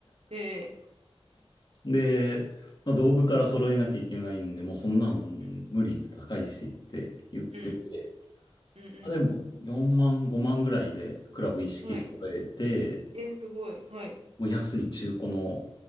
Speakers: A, on the right; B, on the left.
A: え
B: で、まあ、道具から揃えなきゃいけないんで、もうそんなん無理って高いしって言ってて、
A: ー、うん、うん、うん、
B: まあ、でも4万、5万ぐらいでクラブ一式揃えて、
A: うん。はい。えー、すごい。はい。
B: もう安い中古の、も